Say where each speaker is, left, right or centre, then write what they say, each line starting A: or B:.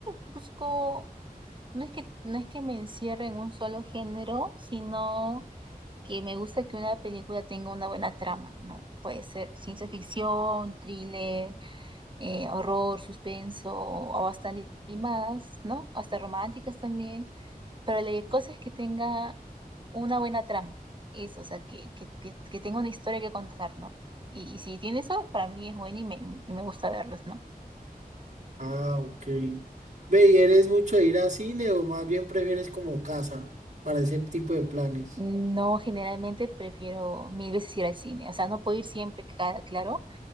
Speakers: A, on the right (about 30°); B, on the right (about 50°).
A: busco No es que, no es que me encierre en un solo género, sino que me gusta que una película tenga una buena trama, ¿no? Puede ser ciencia ficción, thriller, eh, horror, suspenso, o hasta animadas, ¿no? Hasta románticas también. Pero la cosa es que tenga una buena trama. Eso, o sea, que, que, que, que tenga una historia que contar, ¿no? Y, y si tiene eso, para mí es bueno y me, y me gusta verlos, ¿no?
B: Ah, ok. Ve, ¿y eres mucho de ir a cine o más bien prefieres como casa para ese tipo de planes?
A: No, generalmente prefiero mil veces ir al cine. O sea, no puedo ir siempre, ca- claro,